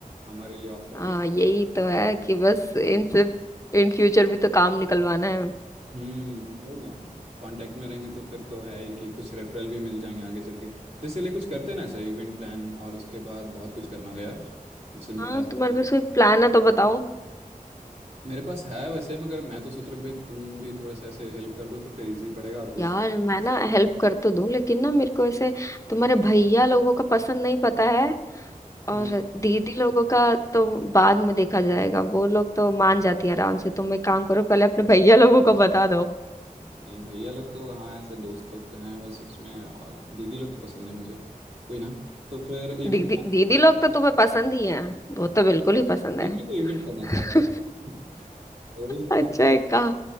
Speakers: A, on the right; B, on the left.
A: हमारे लिए ऑफ टॉपिक
B: हाँ यही तो है कि बस इनसे इन फ्यूचर भी तो काम निकलवाना है
A: हम्म वही ना कांटेक्ट में रहेंगे तो फिर तो है ही कि कुछ रेफरल भी मिल जाएंगे आगे चल के तो इसीलिए कुछ करते हैं ना ऐसा इवेंट प्लान और उसके बाद बहुत कुछ करना होगा यार जिम्मेदारी
B: हाँ तुम्हारे पास कोई प्लान है तो बताओ
A: मेरे पास है वैसे मगर मैं तो सोच रहा हूँ भाई तुम भी थोड़ा सा ऐसे हेल्प कर दो तो फिर इजी पड़ेगा और कुछ
B: यार
A: <laughs>
B: मैं ना हेल्प कर तो दूं लेकिन ना मेरे को ऐसे तुम्हारे भैया लोगों का पसंद नहीं पता है और
A: हम्म
B: दीदी लोगों का तो बाद में देखा जाएगा वो लोग तो मान जाती है आराम से तुम एक काम करो पहले अपने भैया लोगों का बता दो
A: नहीं भैया लोग तो हाँ ऐसे दोस्त लोग तो हैं बस उसमें और दीदी लोग तो पसंद है मुझे कोई ना तो फिर इवेंट
B: दीदी दीदी लोग तो तुम्हें पसंद ही है वो तो बिल्कुल ही पसंद
A: ये
B: है
A: क्यों इवेंट करना
B: <laughs>
A: चाह रहा है <laughs> वही
B: अच्छा
A: है
B: एक काम